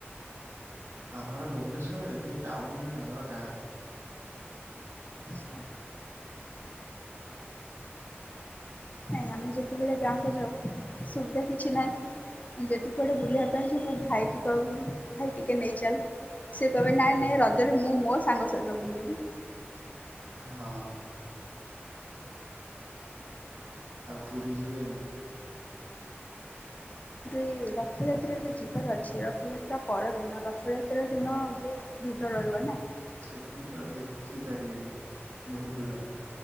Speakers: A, on the right (about 85°); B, on the left (about 35°).
A: ଆମର ଭୁବନେଶ୍ୱରରେ କିନ୍ତୁ ଟାଉନରେ ନୁହଁ ଆମର ଗାଁ।
B: ଆଛା ନାଇଁ ଆମେ ଯେତେବେଳେ ଗାଁକୁ ଯାଉ, ସୁବିଧା କିଛି ନାହିଁ। ଯଦି କୁଆଡେ ବୁଲିବା ପାଇଁ ଯିବୁ, ଭାଇକୁ କହିବୁ ଭାଇ ଟିକେ ନେଇ ଚାଲ। ସେ କହିବେ ନାଇଁ ନାଇଁ ରଜରେ ମୁଁ ମୋ ସାଙ୍ଗ ସହିତ ବୁଲିବି।
A: ହଁ ଅ ଆଉ ପୁରୀ ଯିବେନି?
B: ଏ ରଥଯାତ୍ରାରେ ଯିବାର ଅଛି, ରଥଯାତ୍ରା ପରଦିନ, ରଥଯାତ୍ରା ଦିନ ବହୁତ ଭିଡ଼ ରହିବ ନା?
A: ସେଥିପାଇଁ ତ ଦେଖିପାରିବେନି, ବହୁତ ଭିଡ଼,